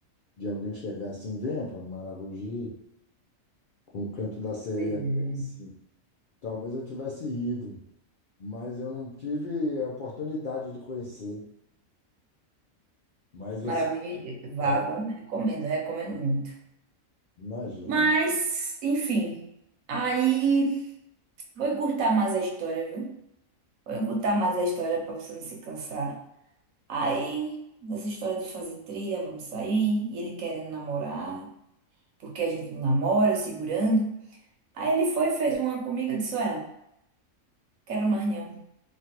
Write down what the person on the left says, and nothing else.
De alguém chegar assim, venha para Maragogi, com o canto da sereia
desse.
Talvez eu tivesse ido, mas eu não tive a oportunidade de conhecer. Mas você,
é,
imagina,